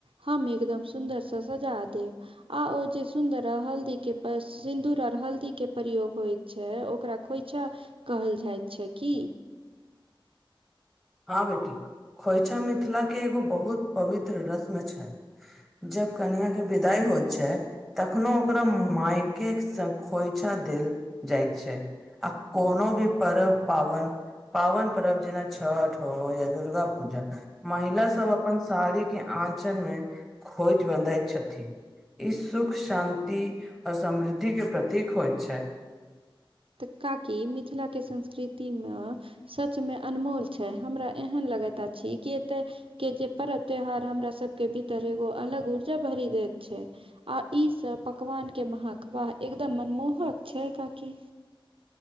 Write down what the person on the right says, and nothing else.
हम एकदम सुन्दरसँ सजा देब। आ ओ जे सुंदर हल्दी के सिन्दूर आर हल्दी के प्रयोग होय छै ओकरा खोइछा कहल जाइत छै की?
त काकी मिथिलाके संस्कृतिमे सचमे अनमोल छै हमरा एहन लगैत अछी कि एतय के जे परब त्योहार हमरा सबके भीतर एगो अलग ऊर्जा भरी देैत छै। आ ई सब पकवान के महक वाह! एकदम मनमोहक छै काकी